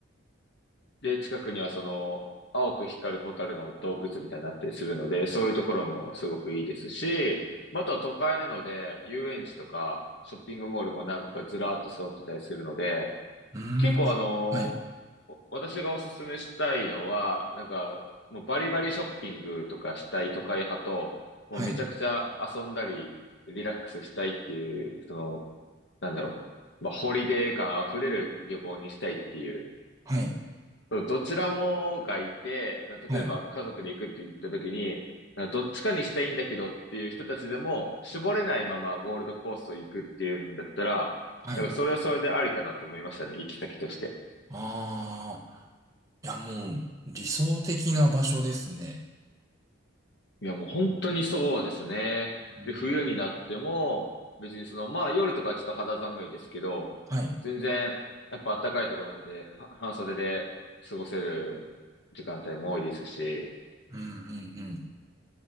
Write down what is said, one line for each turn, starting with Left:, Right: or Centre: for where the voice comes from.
Left: で、近くにはその、青く光る蛍の洞窟みたいになったりするので、そういうところもすごくいいですし、また都会なので、遊園地とか、ショッピングモールも何個かずらーっと揃ってたりするので、
Right: うーん、
Left: 結構あの、
Right: あ、はい。
Left: お私がおすすめしたいのは、なんか、もうバリバリショッピングとかしたい都会派と、もうめちゃくちゃ遊んだり、
Right: はい。
Left: リラックスしたいっていう、その、なんだろう、まあ、ホリデー感あふれる旅行にしたいっていう、
Right: はい。
Left: そうどちらもがいて、
Right: はい。
Left: 例えば家族で行くって言った時に、どっちかにしたいんだけどっていう人たちでも、絞れないままゴールドコースを行くっていうんだったら、
Right: はい。
Left: なんかそれはそれでありかなと思いましたね、行き先として。
Right: ああ。いや、もう、理想的な場所ですね。
Left: いや、もう本当にそうですね。
Right: うん。
Left: で、冬になっても、別にその、まあ夜とかはちょっと肌寒いですけど、
Right: はい。
Left: 全然、やっぱ暖かいとこなんで、は半袖で過ごせる時間帯も多いですし、
Right: うんうんうん。